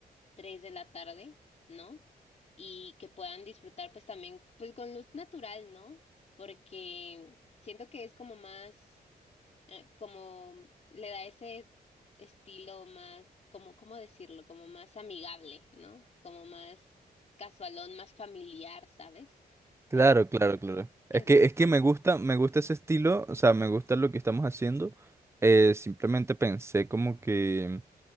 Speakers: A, on the left (about 45°); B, on the right (about 15°).
A: tres de la tarde, ¿no? Y que puedan disfrutar pues también pues con luz natural, ¿no? Porque siento que es como más eh, como le da ese estilo más, como, ¿cómo decirlo? Como más amigable, ¿no? Como más casualón, más familiar, ¿sabes?
B: Claro,
A: Entonces,
B: claro, claro. Es
A: entonces,
B: que, es que
A: ok.
B: me gusta, me gusta ese estilo, o sea, me gusta lo que estamos haciendo. Eh, simplemente pensé como que